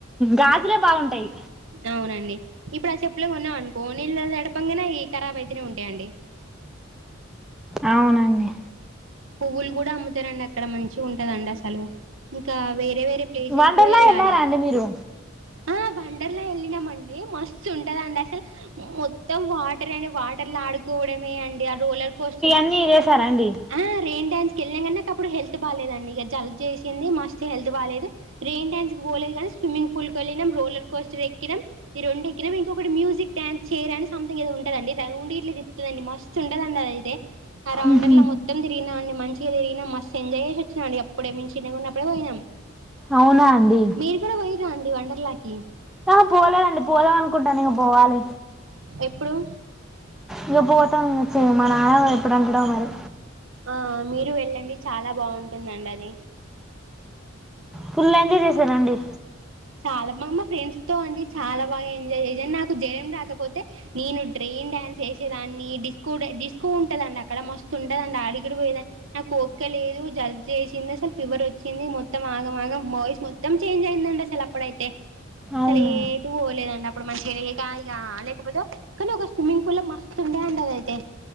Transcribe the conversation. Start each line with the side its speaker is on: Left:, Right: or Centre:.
Centre: గాజులే బాగుంటాయి
Right: అవునండి ఇప్పుడు ఆ చెప్పులే కొన్నాం అనుకో నీళ్ళు తడపంగానే అయి ఖరాబ్ అయితేనే ఉంటాయండి
Centre: అవునండి
Right: పువ్వులు కూడా అమ్ముతారండి అక్కడ మంచి ఉంటదండి అసలు ఇంకా వేరే వేరే ప్లేసెస్
Centre: వండర్లా
Right: కూడా వెళ్ళాలి
Centre: వెళ్ళారా అండి మీరు
Right: ఆ వండర్లా వెళ్ళినామండి మస్తు ఉంటదండి అసలు మొత్తం వాటర్ అని వాటర్ల ఆడుకోవడమే అండి ఆ రోలర్ కోస్ట్
Centre: అన్నీ చూసారాండి
Right: ఆ రెయిన్ డాన్స్ వెళ్ళినం అప్పుడు హెల్త్ బాగాలేదండి ఇక జల్బ్ చేసింది మస్త్ హెల్త్ బాగాలేదు రెయిన్ డాన్స్ పోలేదు కానీ స్విమ్మింగ్ పూల్కి వెళ్ళినం రోలర్ కోస్టర్ ఎక్కినం ఈ రెండు ఎక్కిన ఇంకొకటి మ్యూజక్ డాన్స్ చైర్ అని సంథింగ్ ఉంటద అండి రౌండ్ ఇట్లా తిప్పుతది మస్త్ మస్తు ఉంటుందండి అదిఅయితే రౌండర్లా
Centre: ఉహు
Right: మొత్తం మొత్తం తిరిగినాండి మంచిగా తిరిగిన మస్తు ఎంజాయ్ చేసి వచ్చినం అప్పుడే చిన్నగా ఉన్నప్పుడే పోయినాం
Centre: అవునా అండి
Right: మీరు కూడా పోయిరాండి వండర్లాకి
Centre: ఆ పోలేదండి పోదాం అనుకుంటనాం ఇంక పోవాలి
Right: ఎప్పుడు
Centre: ఇగ పోతాం మా నాన్న ఎప్పుడు అంటాడో మరి
Right: ఆ మీరు వెళ్ళండి చాలా బావుంటుందండి అది
Centre: ఫుల్ ఎంజాయ్ చేసారా అండి
Right: చాలా బాగా మా ఫ్రెండ్స్ తో అండి చాలా బాగా ఎంజాయ్ చేసాను నాకు జ్వరం రాకపోతే నేను డ్రైయిన్ డ్యాన్స్ యేసేదాన్ని డిస్కో డ్యా డిస్కో ఉంటదండి అక్కడ మస్తు ఉంటదండి అడిగిడిపోయేదా నాకు ఓపిక లేదు జలుబు చేసింది అసలు ఫీవర్ వచ్చింది మొత్తం ఆగమాగం వాయిస్ మొత్ మొత్తం చేంజ్ అయిందండి అసలు అప్పుడైతే అసలు
Centre: అవునా
Right: ఏటు పోలేదండి అప్పుడు మంచిగా లేక ఇగ లేకపోతే కానీ ఒక స్విమ్మింగ్ పూల్ల మస్తు ఉండే అండి అది అయితే